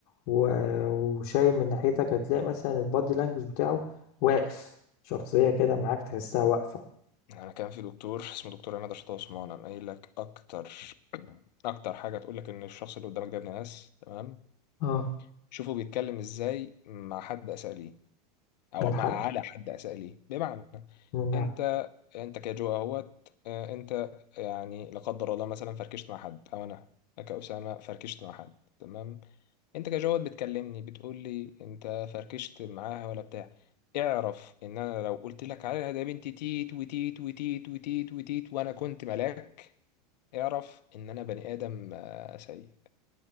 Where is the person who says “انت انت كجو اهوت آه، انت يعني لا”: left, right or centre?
Left